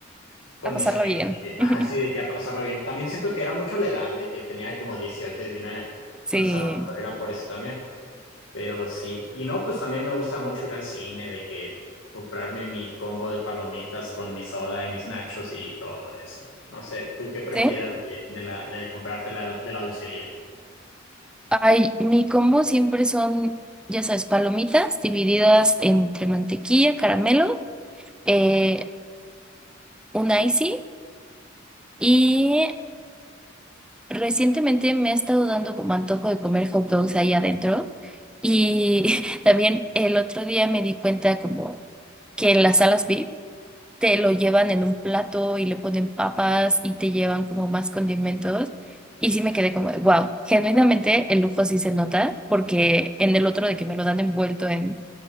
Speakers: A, on the left; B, in the centre.
A: con
B: A pasarla
A: mis amigos,
B: bien.
A: de que,
B: <laughs>
A: ajá, sí, de que a pasarla bien. También siento que era mucho la edad, de que tenía como 18 19,
B: Sí.
A: entonces a lo mejor era por eso también. Pero sí, y no, pues también me gusta mucho ir al cine, de que comprarme mi combo de palomitas con mi soda y mis nachos y todo eso. No sé, ¿tú qué prefieras
B: ¿Sí?
A: de, de la de comprarte la, de la dulcería
B: Ay, mi combo siempre son, ya sabes, palomitas divididas entre mantequilla, caramelo, eh, un icy y recientemente me ha estado dando como antojo de comer hot dogs ahí adentro y <laughs> también el otro día me di cuenta como que en las salas VIP te lo llevan en un plato y le ponen papas y te llevan como más condimentos. Y sí me quedé como, wow, genuinamente el lujo sí se nota, porque en el otro de que me lo dan envuelto en,